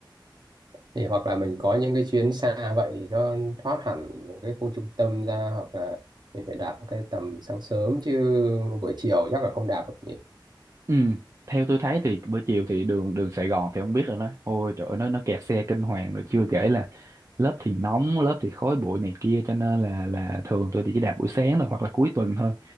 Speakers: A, on the right; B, on the right.
A: thì hoặc là mình có những cái chuyến xa vậy nó thoát hẳn cái khu trung tâm ra hoặc là mình phải đạp cái tầm sáng sớm chứ buổi chiều chắc là không đạp được nhỉ
B: ừ theo tôi thấy thì bữa chiều thì đường đường Sài Gòn thì không biết rồi đó ôi trời ơi, nó nó kẹt xe kinh hoàng rồi chưa kể là lớp thì nóng lớp thì khói bụi này kia cho nên là là thường tôi thì chỉ đạp buổi sáng thôi hoặc là cuối tuần thôi